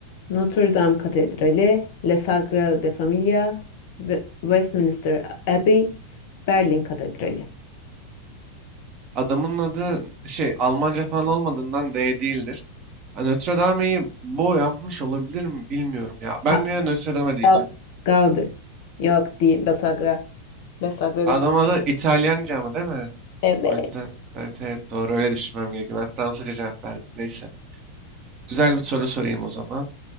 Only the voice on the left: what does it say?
Notre Dame Katedrali, La Sagrada Familia, Ve- Westminster Abbey, Berlin Katedrali.
Ha,
Ga- Gaudi. Yok değil, La Sagra. La Sagrada
Familia.
Evet,